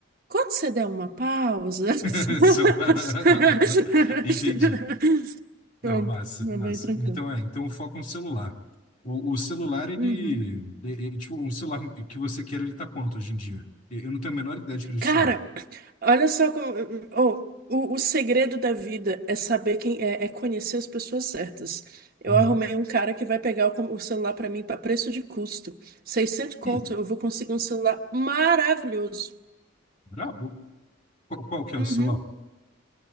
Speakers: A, on the right; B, on the left.
A: quando você der uma pausa. <laughs>
B: <laughs> Só. <laughs> Entendi. Não,
A: Pronto,
B: massa,
A: é
B: massa.
A: bem tranquilo.
B: Então é, então o foco no celular. O, o celular, ele,
A: Uhum.
B: é- é, tipo, um celular que você queira, ele tá quanto hoje em dia? Eu eu não tenho a menor ideia de preço
A: Cara,
B: de celular.
A: olha só como. Oh, o, o segredo da vida é saber quem é, é conhecer as pessoas certas. Eu
B: Uhum.
A: arrumei um cara que vai pegar o, com- o celular pra mim para preço de custo. 600 conto,
B: Hum,
A: eu vou conseguir um celular maravilhoso.
B: brabo. Qual, qual que
A: Uhum.
B: é o celular?